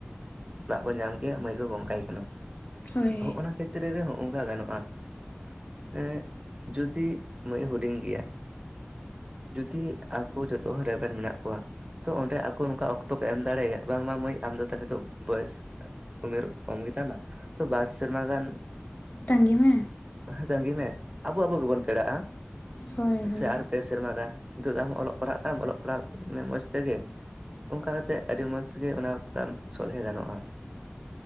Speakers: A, on the right; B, on the left.
A: ᱚᱲᱟᱜ ᱠᱚ ᱧᱟᱢ ᱠᱮᱭᱟ ᱢᱟᱹᱭ ᱠᱚ ᱜᱚᱝ ᱠᱟᱭ ᱠᱟᱱᱟ
B: ᱦᱳᱭ
A: ᱟᱫᱚ ᱦᱚᱸᱜᱼ ᱱᱟ ᱠᱷᱮᱛᱨᱮ ᱨᱮ ᱦᱚᱸᱜᱚᱝᱠᱟ ᱜᱟᱱᱚᱜᱼᱟ ᱮᱜ ᱡᱩᱫᱤ ᱢᱟᱹᱭ ᱦᱩᱰᱤᱧ ᱜᱮᱭᱟᱭ ᱡᱩᱫᱤ ᱟᱠᱚ ᱡᱚᱛᱚ ᱦᱚᱲ ᱨᱮᱵᱮᱱ ᱢᱮᱱᱟᱜ ᱠᱚᱣᱟ ᱛᱚ ᱚᱸᱰᱮ ᱟᱠᱚ ᱱᱚᱝᱠᱟ ᱚᱠᱛᱚ ᱠᱚ ᱮᱢ ᱫᱟᱲᱮᱣᱟᱭᱟ ᱵᱟᱝᱢᱟ ᱢᱟᱹᱭ ᱟᱢ ᱫᱚ ᱛᱟᱦᱚᱞᱮ ᱫᱚ ᱵᱚᱭᱮᱥ ᱩᱢᱮᱨ ᱠᱚᱢ ᱜᱮᱛᱟᱢᱟ ᱛᱚ ᱵᱟᱨ ᱥᱮᱨᱢᱟ ᱜᱟᱱ
B: ᱛᱟᱺᱜᱤ ᱢᱮ
A: ᱦᱮᱸ ᱛᱟᱸᱜᱤ ᱢᱮ ᱟᱵᱚ ᱟᱵᱚ ᱜᱮᱵᱚᱱ ᱯᱮᱲᱟᱜᱼᱟ
B: ᱦᱳᱭ ᱦᱳᱭ
A: ᱥᱮ ᱯᱮ ᱥᱮᱨᱢᱟ ᱜᱟᱱ ᱱᱤᱛᱚᱜ ᱫᱚ ᱟᱢ ᱚᱞᱚᱜ ᱯᱟᱲᱦᱟᱜ ᱠᱟᱱᱟᱢ ᱚᱞᱚᱜ ᱯᱟᱲᱦᱟᱜ ᱢᱚᱸᱡᱽ ᱛᱮᱜᱮ ᱚᱱᱠᱟ ᱠᱟᱛᱮᱜ ᱟᱹᱰᱤ ᱢᱚᱸᱡᱽ ᱜᱮ ᱚᱱᱟ ᱠᱚᱢ ᱥᱚᱞᱦᱮ ᱜᱟᱱᱚᱜᱼᱟ